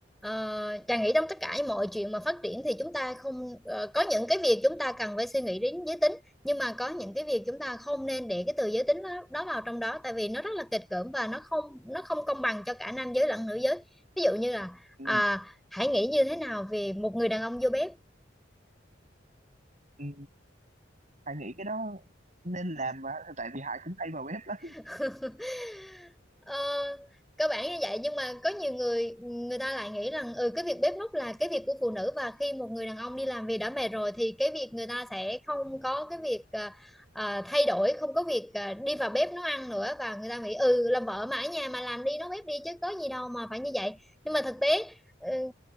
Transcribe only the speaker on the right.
ừ,
ừ, hay nghĩ cái đó nên làm mà tại vì Hải cũng hay vào web lắm